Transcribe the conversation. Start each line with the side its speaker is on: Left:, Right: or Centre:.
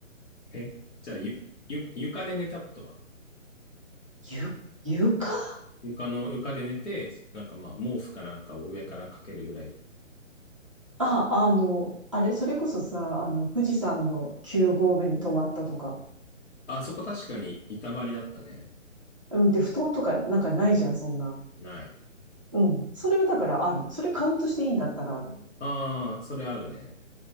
Left: え、じゃあゆ、ゆ、床で寝たことは
Right: ゆ、床
Left: 床の、床で寝て、なんかまあ毛布かなんかを上からかけるぐらい。
Right: あ、あの、あれ、それこそさ、あの、富士山の9合目に泊まったとか。
Left: あ、そこ確かに板張りだったね。
Right: うん、で、布団とかなんかないじゃん、そんな。
Left: ない。
Right: うん。それはだからある。それカウントしていいんだったらある。
Left: ああ、それあるね。